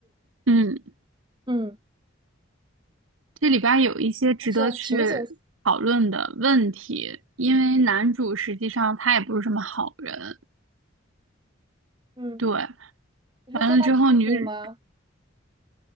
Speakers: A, on the right; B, on the right.
A: 嗯
B: 嗯，
A: 这里边儿有一些值得去讨论的问题，
B: 但是情节，
A: 因为男主实际上他也不是什么好人，
B: 嗯，
A: 对，
B: 你是说她丈夫吗？
A: 完了之后女